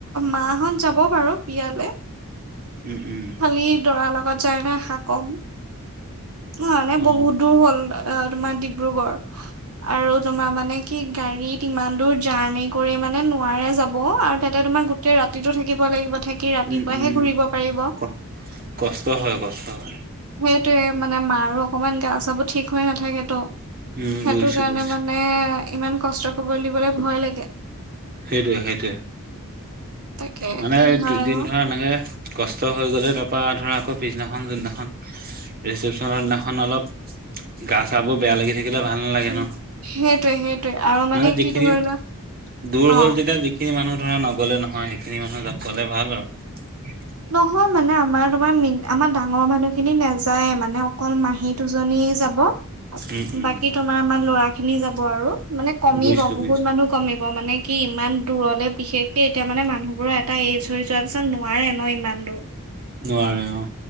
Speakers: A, on the right; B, on the right.
A: মাহঁত যাব বাৰু বিয়ালে।
B: উম, উম।
A: খালি দৰাৰ লগত যায় নে আশা কম। ন নাই
B: অ
A: বহুত দূৰ হ'ল অ তোমাৰ ডিব্ৰুগড় আৰু তোমাৰ মানে কি গাড়ীত ইমান দূৰ জাৰ্ণি কৰি মানে নোৱাৰে যাব আৰু তাতে তোমাৰ গোটেই ৰাতিতো থাকিব লাগিব থাকি ৰাতিপুৱাহে
B: উম উম
A: ঘূৰিব পাৰিব। <inaudible>
B: ক কষ্ট হয় কষ্ট হয়
A: সেইটোৱেই। মানে মাৰো অকমান গা চাবোৰ ঠিক হৈ নাথাকেতো।
B: উম
A: সেইটো
B: বুজিছো
A: কাৰণে
B: বুজিছো
A: মানে ইমান কষ্ট কৰিব দিবলে ভয় লাগে।
B: সেইটোৱে, সেইটোৱে।
A: তাকে
B: মানে
A: কি
B: এই
A: হয়
B: দুদিন
A: আৰু
B: ধৰা এনেকে কষ্ট হৈ গ'লে ধৰ পৰা ধৰা আকৌ পিছদিনাখন যোনখন ৰিচেপচনৰ দিনাখন অলপ গা চা বোৰ বেয়া লাগি দেখিলে ভাল নালাগে
A: উম
B: ন।
A: সেইটোৱে সেইটোৱে আৰু
B: মানে যিখিনি
A: কি ধৰি লোৱা
B: দূৰ হল
A: অ
B: যেতিয়া যিখিনি মানুহ ধৰা নগলে নহয় সেইখিনি মানুহ গলে ভাল আৰু ।
A: নহয় মানে আমাৰ তোমাৰ আমাৰ ডাঙৰ মানুহখিনি নাযাইয়ে মানে অকল মাহী দুজনী যাব।
B: উম উম
A: বাকী তোমাৰ আমাৰ ল'ৰা খিনি যাব। আৰু মানে কমিব,
B: বুজিছো
A: বহুত
B: বুজিছো
A: মানুহ কমিব। মানে কি ইমান দূৰলে বিশেষকে এতিয়া মানে মানুহবোৰৰ এটা এজ হৈ যোৱাৰ পিছত নোৱাৰে। ন ইমান দূৰ।
B: নোৱাৰে অঁ।